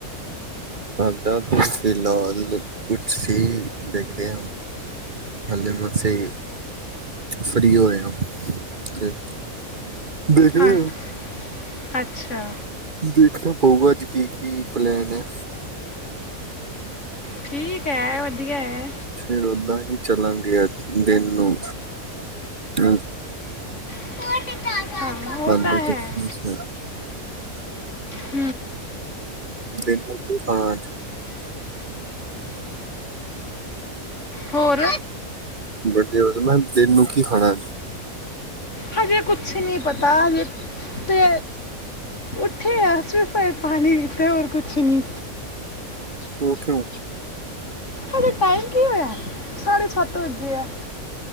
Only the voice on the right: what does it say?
ਸਾਡਾ ਤੇ ਫਿਲਹਾਲ ਕੁਛ ਸੀ ਦੇਖ ਤੇ ਹੱਲੇ ਮ ਸਹੀ ਫਰੀ ਹੋ ਰਹੇ ਹ ਤੇ ਦੇਖਦੇ
ਹਾਂ
ਦੇਖਣਾ ਪਊਗਾ ਅੱਜ ਕੀ ਕੀ ਪਲੈਨ ਹੈ
ਫਿਰ ਓਦਾਂ ਹੀ ਚੱਲਾਂਗੇ <unintelligible> ਦਿਨ ਨੂੰ <unintelligible>
ਹਾਲੇ
ਤੇ ਅੱਛਾ
ਦਿਨ ਨੂੰ ਕੀ ਖਾਣਾ ਅੱਜ
ਵਡੇ ਉਹਦੇ ਮੈਂ ਦਿਨ ਨੂੰ ਕੀ ਖਾਣਾ
ਉੱ ਕਂਓ